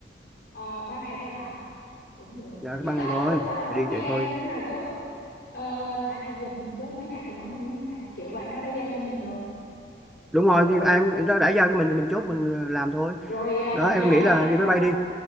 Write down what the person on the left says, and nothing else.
Ờ, ba ngày thôi hả? Cũng được.
Chứ
tao
hôm bữa tao không
có nghe
đứa nào chốt. Ờ, ai thôi giờ mình chốt mấy ngày thì bọn nó đi mấy ngày. Kiểu vậy nó đã giao cho mình rồi.
Rồi
rồi à,
rồi
ai
đặt
à,